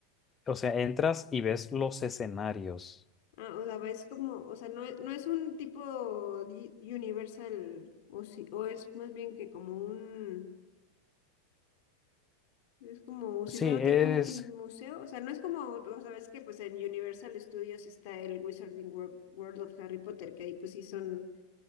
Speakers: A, on the left (about 25°); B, on the left (about 60°).
A: O sea, entras y ves los escenarios.
B: ah, o sea, va- es como, o sea, no es, no es un tipo di- Universal, o si, o es más bien que como un, es como si
A: Sí,
B: fuera
A: es
B: tipo un museo, o sea, no es como, o sabes que pues en Universal Studios está el Wizarding World, World of Harry Potter, que ahí pues sí son,